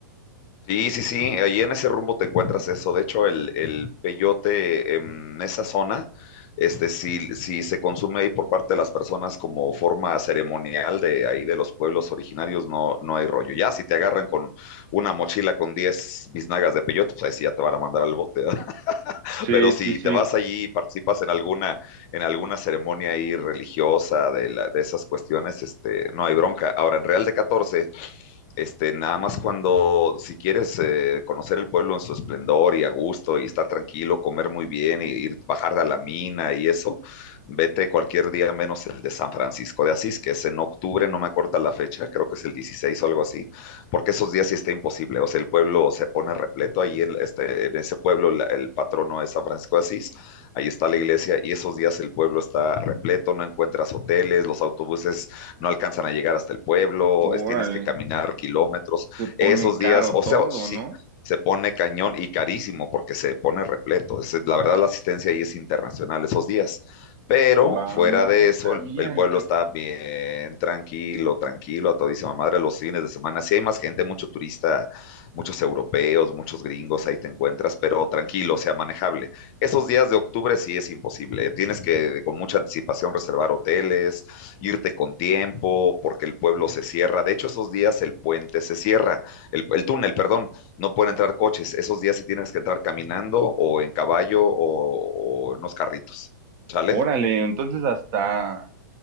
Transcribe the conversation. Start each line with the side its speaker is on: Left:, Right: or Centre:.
Left: Sí, sí, sí, ahí en ese rumbo te encuentras eso. De hecho, el, el peyote en esa zona, este, si, si se consume ahí por parte de las personas como forma ceremonial de ahí de los pueblos originarios, no, no hay rollo. Ya si te agarran con una mochila con 10 biznagas de peyote, pues ahí sí ya te van a mandar al bote, ¿verdad? <laughs>
Right: Sí,
Left: Pero si
Right: sí, sí.
Left: te vas allí y participas en alguna, en alguna ceremonia ahí religiosa de, la- de esas cuestiones, este, no hay bronca. Ahora, en Real de catorce este, nada más cuando, si quieres eh, conocer el pueblo en su esplendor y a gusto y estar tranquilo, comer muy bien y ir, bajar a la mina y eso, vete cualquier día menos el de San Francisco de Asís, que es en octubre, no me acuerdo la fecha, creo que es el 16 o algo así, porque esos días sí está imposible, o sea, el pueblo se pone repleto ahí en, este, en ese pueblo, la- el patrono es San Francisco de Asís, ahí está la iglesia y esos días el pueblo está repleto, no encuentras hoteles, los autobuses no alcanzan a llegar hasta el pueblo,
Right: Órale.
Left: es, tienes que caminar kilómetros.
Right: se pone
Left: Esos
Right: caro
Left: días, o
Right: todo,
Left: sea, sí,
Right: ¿no?
Left: se pone cañón y carísimo porque se pone repleto. Es, la verdad, la asistencia ahí es internacional esos días. Pero
Right: Wow,
Left: fuera
Right: no,
Left: de
Right: no sabía
Left: eso, el, el, pueblo
Right: que.
Left: está bien tranquilo, tranquilo, a todísima madre los fines de semana. Sí hay más gente, mucho turista, muchos europeos, muchos gringos, ahí te encuentras, pero tranquilo, o sea, manejable. Esos días de octubre sí es imposible. Tienes que con mucha anticipación reservar hoteles, irte con tiempo, porque el pueblo se cierra. De hecho, esos días el puente se cierra, el, el túnel, perdón, no pueden entrar coches. Esos días sí tienes que entrar caminando o en caballo o, o en unos carritos. ¿Sale?
Right: Órale, entonces hasta.